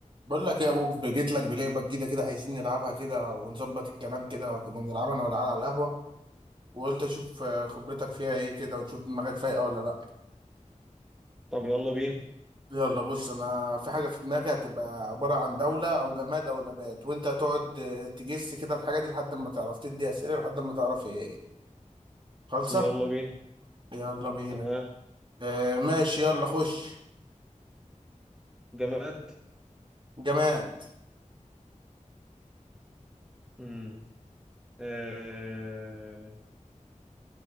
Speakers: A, on the right; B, in the centre.
A: بقول لك يا بوب جيت لك بلعبه جديده كده عايزين نلعبها كده ونظبط الكلام كده كنا بنلعبها انا والعيال على القهوه وقلت اشوف آه، خبرتك فيها ايه كده ونشوف دماغك فايقه ولا لا
B: طب يلا بينا
A: يلا بص انا في حاجه في دماغي هتبقى عباره عن دوله او جماد او نبات وانت هتقعد آه، تجس كده الحاجه دي لحد ما تعرف تدي اسئله لحد ما تعرف هي ايه خالصه
B: يلا بينا
A: يلا بينا
B: تمام
A: آه ماشي يلا خش
B: جماد
A: جماد
B: امم آه...